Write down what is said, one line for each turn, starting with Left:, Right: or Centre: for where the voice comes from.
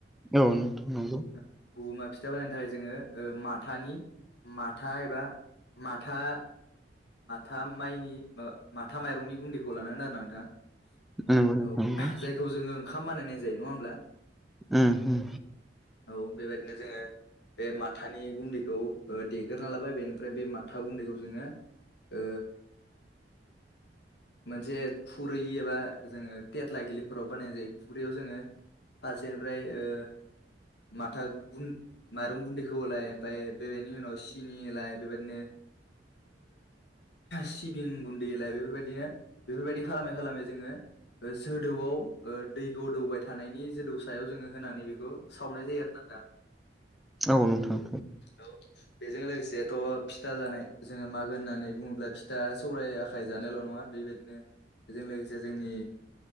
Centre: औ नंथौ नंगौ।
Left: हगुमा फिथा बानायनो थाखाय जोङो माथानि माथा एबा माथा थाम माइनि ओ माथा माइरंनि गुन्दैखौ लानांगोन आरो नोंथाङा
Centre: नंगौ नोंथां
Left: औ
Centre: नंगौ
Left: जाय बेखौ जोङो ओंखाम बानायनाय जायो नङा होनोमब्ला
Centre: उम
Left: औ बेबायदिनो जोङो बे माथानि गुन्दैखौ देग्रना लाबाय बेनिफ्राय बे माथा गुन्दैखौ जोङो ओ
Centre: <inaudible>
Left: मोनसे खुरै एबा जोङो थेथ्ला गिलिफोराव बानायनाय जायो खुरैयाव जोङो फारसेनिफ्राय ओ माथा गुन माइरं गुन्दैखौ होलाय ओमफ्राय बेनि उनाव सिनि होलाय बेबायदिनो सिबिं गुन्दैलाय बेफोरबायदिनो बेफोरबायदि खालामै खालामै जोङो जोदौआव ओ दै गोदौबाय थानायनि जोदौ सायाव जोङो होनानै बेखौ सावनाय जायो आरो ना दा
Centre: औ नोंथां
Left: औ बेजों लोगोसेथ' फिथा जानाय जोंङो मागो होननानै बुङोब्ला फिथा सौराय आखाइ जानायल' नङा बेबायदिनो बेजों लोगोसे जोंनि